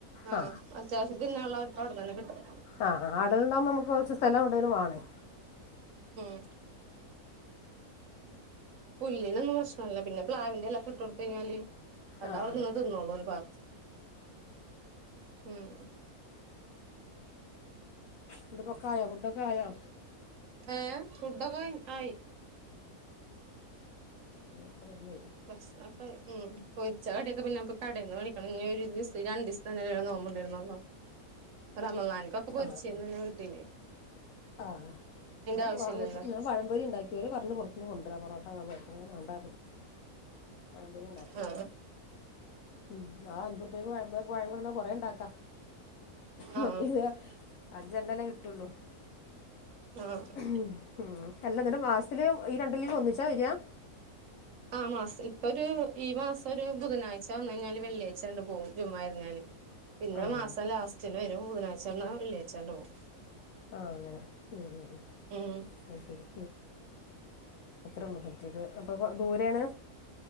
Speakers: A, on the right (about 60°); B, on the left (about 70°).
A: ആഹ്
B: ആ
A: അത്യാവശ്യം തിന്നാള്ളുതൊക്കെ അവർക്ക് അവടെന്നന്നെ കിട്ടും.
B: അ ആഹ് ആടുകളുണ്ടാകുമ്പോൾ നമ്മക്ക് കൊറച്ച് സ്ഥലം എവടെലും വേണേ.
A: ഉം പുല്ലിനൊന്നും പ്രശ്നല്ല. പിന്നെ പ്ലാവിന്റെ എലക്കെ ഇട്ടു കൊടുത്ത് കഴിഞ്ഞാല് അതവടെ
B: ആ ആ ആ
A: നിന്ന് തിന്നോള്ളൂം ഒരു ഭാഗത്ത് ഉം
B: ഇന്ന്ട്ടക്കെ ആയോ ഫുഡൊക്കെ ആയോ?
A: ഏഹ് ഫുഡൊക്കെ ആയി.
B: ഉംഹ് ഒക്കെ റെഡി ആയി.
A: ഭഷ്ണക്കെ ആയി. ഉം പൊരിച്ച കടിക്കെ പിന്നെ ഇപ്പ കടേന്ന് വെടിക്കണേങ്ങി ഇനി ഒരു ദിവ ഈ രണ്ടിസം തന്നെ നോമ്പ് ഇണ്ടരുന്നള്ളോ. റമദാൻക്കൊക്കെ പൊരിച്ചിരുന്ന്ന്നെ
B: ആഹ്
A: വീട്ടീല്.
B: ആഹ് ഞാൻ
A: ആവശ്യല്ലല്ലോ
B: വറപൊരി പഴംപൊരി ഇണ്ടാക്കി. ഇവര് പറഞ്ഞു പൊറ ത്തുന്ന് കൊണ്ടുവരാ പൊറട്ടോന്നും <unintelligible> വേണ്ടാർന്നു പഴംപൊരി ഇണ്ടാക്കിവെക്ക്.
A: ആ
B: ഉം ആ അഞ്ചുറുപ്യക്ക് പഴംപൊ പഴം കൊണ്ടന്ന കൊറേ ഇണ്ടാക്കാം. മറ്റേത്
A: ആ
B: അഞ്ചെണ്ണെല്ലേ കിട്ടുള്ളൂ.
A: ആഹ്
B: ഉം ഉം അല്ലാ എന്നിട്ട് മാസത്തില് ഈ രണ്ട് ലീവ് ഒന്നിച്ചാ വരാ?
A: ആ മാസത്തില്. ഇപ്പൊരു ഈ മാസം ഒരു ബുധനാഴ് ച വന്ന് കഴിഞ്ഞാല് വെള്ളിയാഴ്ച്ചാണ്ട് പോവും ജുമ്മാ കഴിഞ്ഞാല്. പിന്നെ
B: ആഹ്
A: മാസം ലാ സ്റ്റില് വരും ബുധനാഴ്ച വന്നാ വെള്ളിയാഴ്ച്ചാണ്ട് പോവും.
B: ആഹ് അങ്ങനെ. ഉം ഉം
A: ഉം
B: ആഹ് ശരി. അത്രേ ഉള്ളൂ പറ്റിയത് അപ്പോ ദൂരെണ്?